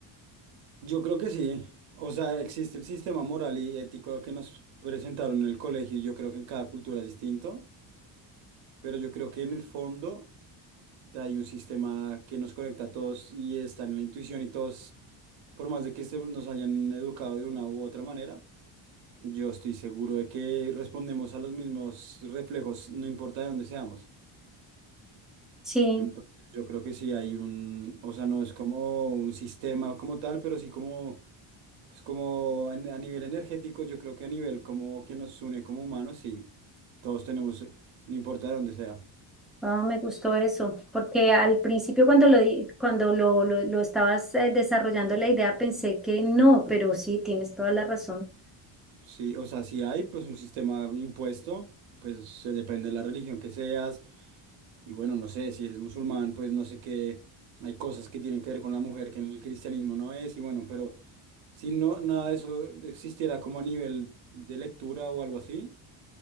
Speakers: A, on the right; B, in the centre.
A: yo creo que sí, o sea, existe el sistema moral y ético que nos presentaron en el colegio y yo creo que en cada cultura es distinto. pero yo creo que en el fondo hay un sistema que nos conecta a todos y está en la intuición y todos, por más de que este- nos hayan educado de una u otra manera, yo estoy seguro de que respondemos a los mismos reflejos, no importa de dónde seamos.
B: Sí,
A: Entonces yo creo que sí hay un, o sea, no es como un sistema como tal, pero sí como, pues como en- a nivel energético, yo creo que a nivel como que nos une como humanos, sí, todos tenemos, no importa de dónde sea.
B: ah, me gustó eso, porque al principio cuando lo, di- cuando lo, lo, lo estabas eh, desarrollando la idea pensé que no, pero sí, tienes toda la razón.
A: Sí, o sea, si hay pues un sistema impuesto, pues se depende de la religión que seas. Y bueno, no sé, si eres musulmán, pues no sé qué, hay cosas que tienen que ver con la mujer que en el cristianismo no es. Y bueno, pero si no, nada de eso existiera como a nivel de lectura o algo así,